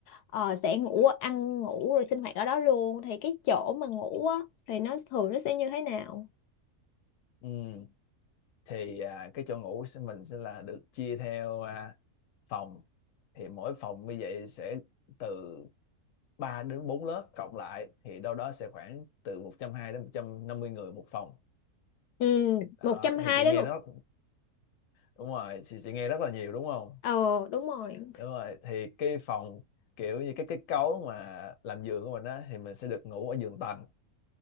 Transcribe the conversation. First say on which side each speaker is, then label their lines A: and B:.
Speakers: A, on the left; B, on the left.
A: ờ, sẽ ngủ ăn ngủ rồi sinh hoạt ở đó luôn thì cái chỗ mà ngủ á thì nó thường nó sẽ như thế nào?
B: ừ thì à, cái chỗ ngủ sẽ- mình sẽ là được chia theo à, phòng thì mỗi phòng như vậy sẽ từ 3 đến 4 lớp cộng lại thì đâu đó sẽ khoảng từ 120 đến 150 người một phòng
A: ừ
B: đó
A: một trăm hai
B: thì chị
A: đến
B: nghe
A: một
B: nó đúng rồi chị, chị nghe rất là nhiều đúng không
A: Ờ đúng rồi.
B: đúng rồi thì cái phòng kiểu như cái kết cấu mà làm giường của mình á thì mình sẽ được ngủ ở giường tầng